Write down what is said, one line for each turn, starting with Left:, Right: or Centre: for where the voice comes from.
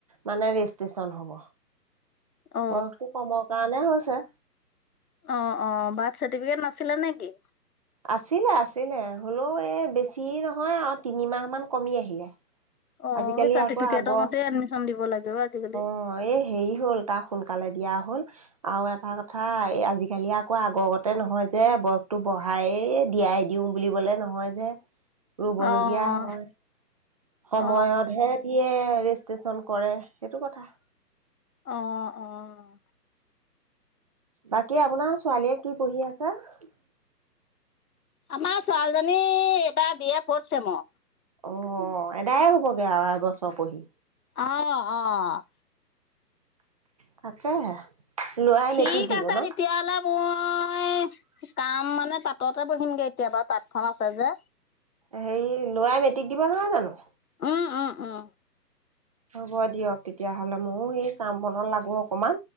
Right: মানে ৰেজিষ্ট্ৰেচন হ'ব,
Left: অঁ
Right: বয়সটো কমৰ কাৰণে হৈছে।
Left: অ', অ', বাৰ্থ'চাৰ্টিফিকেট নাছিলে নেকি?
Right: আছিলে আছিলে হ'লেও এই বেছি নহয় আৰু তিনিমাহমান কমি আহিলে।
Left: অ'
Right: আজিকালি
Left: চাৰ্টিফিকেটৰ
Right: আকৌ আগৰ
Left: মতে এডমিশ্যন দিব লাগে অ' আজিকালি।
Right: অ' এই হেৰি হ'ল তাৰ সোনকালে দিয়া হ'ল। আৰু এটা কথা এই আজিকালি আকৌ আগৰগতে নহয় যে বয়সটো বঢ়াহাই দিয়াই দিওঁ বুলিবলে নহয় যে, ৰব
Left: অঁ
Right: লগীয়া হয়। সময়তহে
Left: অ',
Right: দিয়ে ৰেজিষ্ট্ৰেশচন কৰে সেইটো কথা।
Left: অ', অ'।
Right: বাকী আপোনাৰ ছোৱালীয়ে কি পঢ়ি আছে?
Left: আমাৰ ছোৱালীজনী এবাৰ বি এ ফৰ্থচেমৰ।
Right: অ' এদায় হ'বগে আৰু এবছৰ পঢ়ি।
Left: অ', অ'।
Right: তাকেহে। লৰাই
Left: ঠিক
Right: মেট্ৰিক দিব
Left: আছে
Right: ন
Left: তেতিয়া হ'লে মই, কাম মানে তাঁততে বহিমগে এতিয়া বাৰু তাঁতখন আছে যে।
Right: হেৰি ল'ৰাই মেট্ৰিক দিব নহয় জানো।
Left: অ', অ', অ'।
Right: হ'ব দিয়ক তেতিয়াহ'লে ময়ো সেই কাম বনত লাগো অকমান।